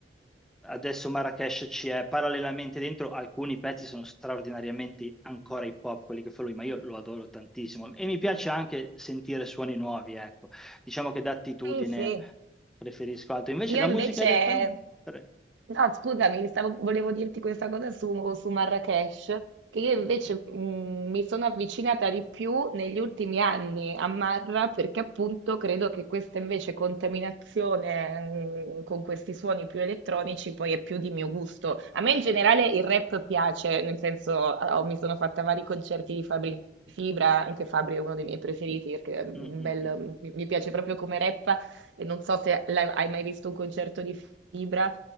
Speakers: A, in the centre; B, on the right (about 85°).
A: Adesso Marrakesh ci è parallelamente dentro, alcuni pezzi sono straordinariamente ancora hip hop, quelli che fa lui, ma io lo adoro tantissimo e mi piace anche sentire suoni nuovi, ecco. Diciamo che d'attitudine
B: sì, sì.
A: preferisco altro. Invece
B: Io
A: la
B: invece,
A: musica elettronica, pre-
B: no, scusami, stavo- volevo dirti questa cosa su, su Marrakesh, che io invece
A: Mm,
B: mm, mi sono avvicinata di più negli ultimi anni a Marra perché appunto credo che questa invece contaminazione mm, con questi suoni più elettronici poi è più di mio gusto. A me in generale il rap piace, nel senso ah, ho- mi sono fatta vari concerti di Fabri Fibra, anche Fabri è uno dei miei preferiti perché è un
A: mm,
B: bel,
A: mm.
B: mi mi piace proprio come rappa e non so se l'hai hai mai visto un concerto di Fibra,